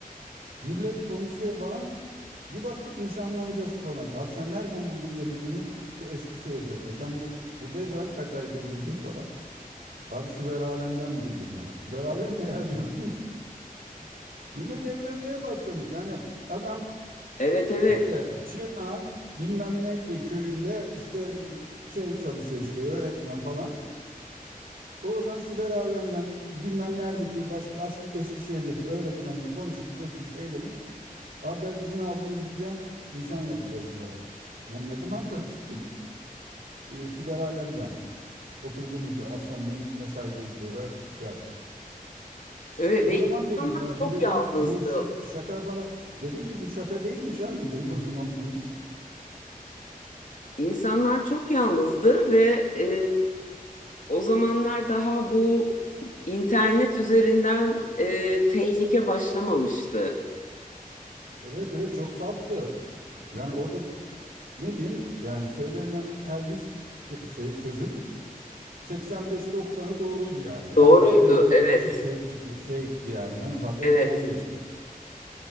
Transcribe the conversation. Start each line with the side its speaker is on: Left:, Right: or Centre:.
Right: Millet konuşuyor falan. Bir baktık nişanlanacağız falan. Abi sen nereden buldun dedi bunu. İşte Eskişehir'den. E sen bu buradayız abi kaç aydır yıldır falan. Abi Siber Alem'den buldum falan. Siber Alem ne ya diyorum. <laughs> Millet evlenmeye başlamış. Yani adam
Left: Evet evet.
Right: işte Çırnak'ın bilmem ne köyünde işte şey çalışıyor işte öğretmen falan. Oradan Siber Alem'den bilmem neredeki başka eski Eskişehir'deki öğretmenle konuşmuş, etmiş, eylemiş. Abi ben izin aldım gideceğim nişan yapacağız falan. Ben ne zaman <laughs> tanıştın? Ee, siber alemden. Oturduğumuz yer akşamleyin mesaiden sonra şey yaptık.
Left: Evet
Right: O
Left: ve
Right: zaman
Left: insanlar
Right: dedim ya
Left: çok
Right: bu dedim
Left: yalnızdı.
Right: bu şaka, şaka falan. Dedim ki bu şaka değilmiş anne <laughs> dedim o zaman bu iş.
Left: İnsanlar çok yalnızdı ve e, o zamanlar daha bu internet üzerinden e, tehlike başlamamıştı.
Right: Evet evet çok saftı. Yani orada ne diyeyim yani söylenen her 100 ke- şey sözün 85-90'ı doğruydu yani. En
Left: Doğruydu.
Right: fazla %15'i
Left: Evet,
Right: fake çıkıyor. Fake'ti yani en fazla
Left: evet,
Right: %15'ti.